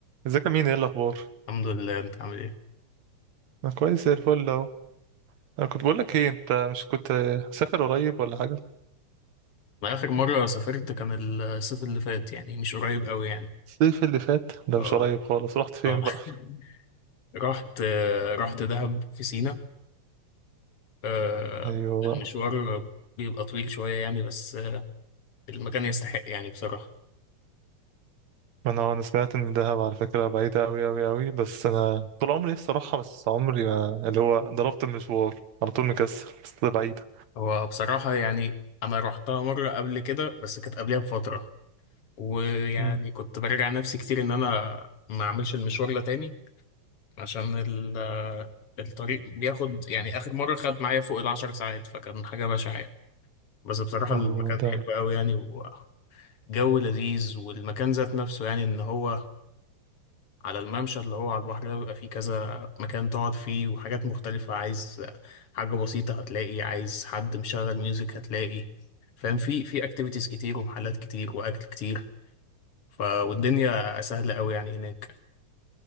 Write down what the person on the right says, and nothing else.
ازيك يا مين ايه الاخبار
انا كويس زي الفل اهو انا كنت بقول لك ايه انت مش كنت سافر قريب ولا حاجه
الصيف اللي فات ده
مش قريب خالص رحت فين
بقى
ايوه
بقى
انا آه، انا سمعت ان دهب على فكره بعيده قوي قوي قوي بس انا طول عمري نفسي اروحها بس عمري ما اللي هو ضربت المشوار على طول مكسل بس ده بعيده
امم
ما
هو ده